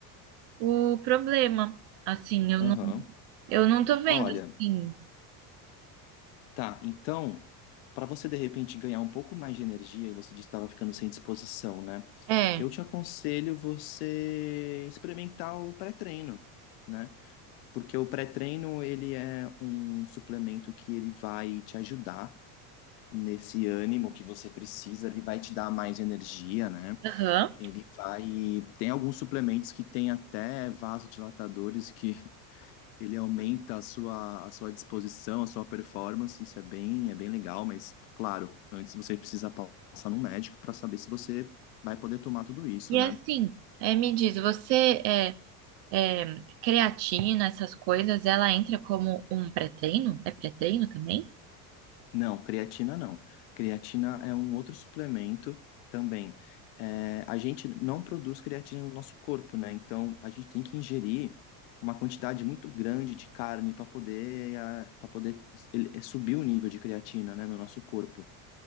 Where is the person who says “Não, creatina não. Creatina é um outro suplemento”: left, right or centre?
Left